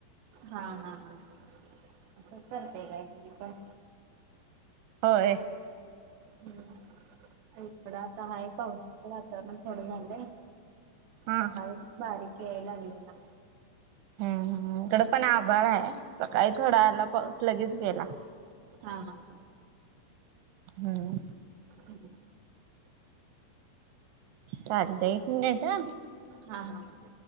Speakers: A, on the right; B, on the right.
A: हां हां हां, असंचं करतेय काहीतरी, पण
B: होय.
A: हम्म. थोडं आता हाये पावसाच वातावरण, थोडं झालंय,
B: हा
A: सकाळी बारीक याय लागलेला.
B: हम्म हम, इकड पण आभाळ हाय, सकाळी थोडा आला पाऊस, लगेच गेला.
A: हां हां हां.
B: हम्.
A: हम्.
B: चालत, एक मिनिट हं.
A: हां हां.